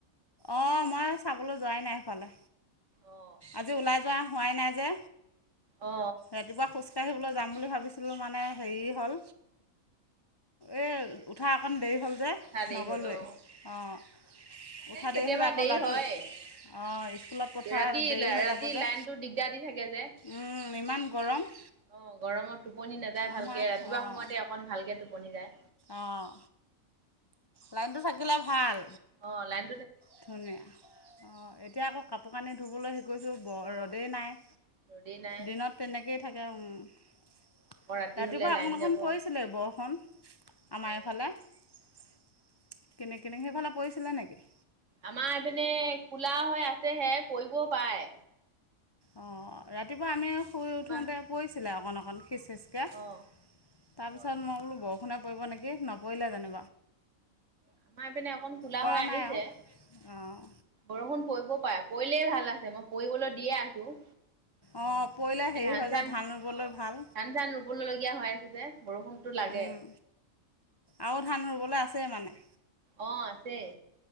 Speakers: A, on the left; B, on the right.
A: অ মই চাবলৈ যোৱাই নাই সেইফালে
B: অ
A: আজি ওলাই যোৱা খোৱাই নাই যে,
B: অ অ
A: ৰাতিপুৱা খোজকাঢ়িবলৈ। যাম বুলি ভাবিছিলোঁ মানে হেৰি হ'ল, এই উঠা অকণ দেৰি হ'ল যে
B: উঠা দেৰি
A: নগলোৱে
B: হ'ল অ
A: অঁ উঠা
B: এ কেতিয়াবা
A: হ'লে আকৌ
B: দেৰি
A: ল'ৰাটোক
B: হয়।
A: অঁ স্কুলত পঠোৱা
B: ৰাতি
A: দেৰি হৈ
B: ৰাতি
A: যাব যে।
B: লাইনটো দিগদাৰ দি থাকে যে
A: উম। ইমান গৰম।
B: অ গৰমত টোপনি নাযায়
A: আমাৰ
B: ভালকে ৰাতিপুৱা
A: অঁ
B: সময়তে অকন ভালকে টোপনি যায়
A: অঁ লাইনটো থাকিলে ভাল।
B: অ লাইন
A: ধুনীয়া অ এতিয়া আকৌ কাপোৰ কানি ধুবলৈ গৈছো,
B: অ
A: ৰ'দে নাই
B: ৰ'দেই নাই
A: দিনত তেনেকে থাকে, উম
B: আকৌ ৰাতি
A: ৰাতিপুৱা
B: হলে লাইন
A: অকণ
B: যাব
A: অকণ
B: অ
A: পৰিছিলে বৰষুণ। আমাৰ
B: অ
A: এইফালে। কিনি কিনি, সেইফালে পৰিছিলে নেকি?
B: আমাৰ এইপিনে কোলা হৈ আছেহে, পৰিবও পায়।
A: অ ৰাতিপুৱা আমি শুই উঠোতে
B: কিবা
A: পৰিছিলে অকন অকন সিচ কে তাৰপিছত
B: অ অ অ
A: মই বোলো বৰষুণে পৰিব নেকি নপৰিলে যেনেবা।
B: আমাৰ পিনে অকন কোলা
A: পৰা
B: হৈ আহিছে।
A: নাই আৰু অঁ
B: বৰষুণ পৰিব পাৰে। পৰিলেই ভাল আছে। মই পৰিবলৈ দিয়ে আছোঁ।
A: অঁ পৰিলে হেৰি
B: এ ধান-চান
A: হয় যে ধান ৰুবলৈ
B: অ,
A: ভাল
B: ধান চান ৰুবলৈ লগীয়া হৈ আছে যে। বৰষুণতো লাগ
A: উম,
B: গে
A: আৰু ধান ৰুবলৈ আছেই মানে?
B: অ, আছেই।